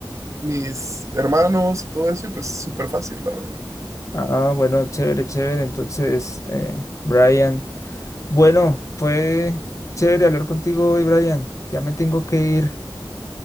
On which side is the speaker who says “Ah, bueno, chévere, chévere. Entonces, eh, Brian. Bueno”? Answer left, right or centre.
Left